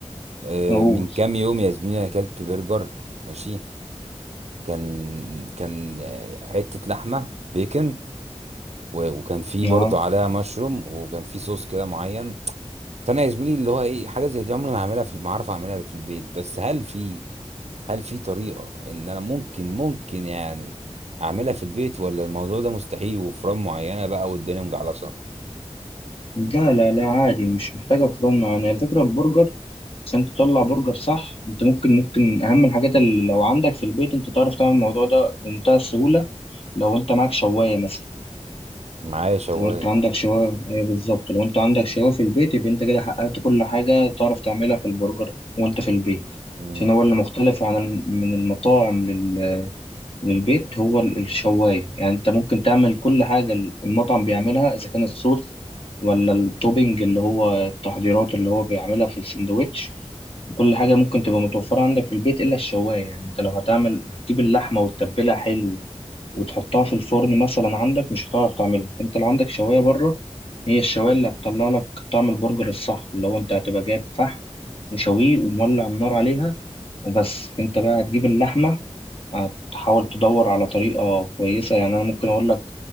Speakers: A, on the right; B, on the left.
A: أه
B: أقول
A: من كام يوم يا زميلي انا اكلت برجر ماشي كان كان آه، حته لحمه بيكن و- وكان فيه
B: أه
A: برضه عليها مشروم وكان فيه صوص كده معين فانا يا زميلي اللي هو ايه حاجه زي دي عمري ما هعملها في ما اعرف اعملها في البيت بس هل في هل في طريقة ان انا ممكن ممكن يعني اعملها في البيت ولا الموضوع ده مستحيل وفران معينة بقى والدنيا مجعلصة
B: لا لا لا عادي مش محتاجة فرن يعني الفكرة البرجر عشان تطلع برجر صح أنت ممكن ممكن أهم الحاجات اللي لو عندك في البيت أنت تعرف تعمل الموضوع ده بمنتهى السهولة لو أنت معاك شواية مثلا
A: معايا شواية
B: لو انت عندك شوايه ايوه بالظبط لو انت عندك شوايه في البيت يبقى انت كده حققت كل حاجه تعرف تعملها في البرجر وانت في البيت
A: مم.
B: عشان هو اللي مختلف عن الم- من المطاعم لل- للبيت هو ال- الشوايه يعني انت ممكن تعمل كل حاجه المطعم بيعملها اذا كان الصوص ولا التوبينج اللي هو التحضيرات اللي هو بيعملها في السندوتش كل حاجه ممكن تبقى متوفره عندك في البيت الا الشوايه يعني انت لو هتعمل هتجيب اللحمه وتتبلها حلو وتحطها في الفرن مثلا عندك مش هتعرف تعملها انت اللي عندك شوايه بره هي الشوايه اللي هتطلع لك طعم البرجر الصح اللي هو انت هتبقى جايب فحم وشويه ومولع النار عليها وبس انت بقى هتجيب اللحمه هتحاول تدور على طريقه كويسه يعني انا ممكن اقول لك